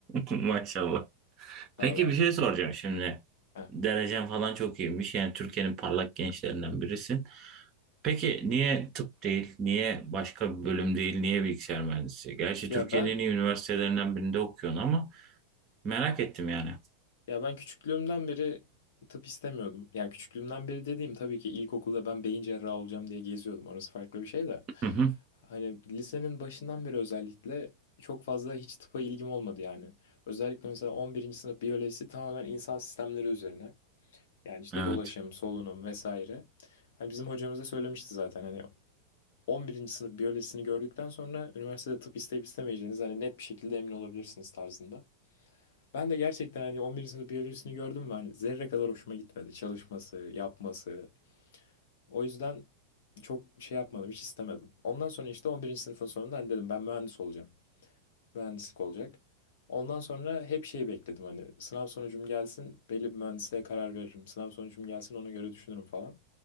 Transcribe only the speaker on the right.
Maşallah. Peki
bir şey soracağım şimdi.
Derecen falan çok iyiymiş. Yani Türkiye'nin parlak gençlerinden birisin. Peki niye tıp değil, niye başka bir bölüm değil, niye bilgisayar mühendisi? Gerçi
Türkiye'nin
en iyi üniversitelerinden birinde okuyorsun ama merak ettim yani.
Hı hı.
Evet.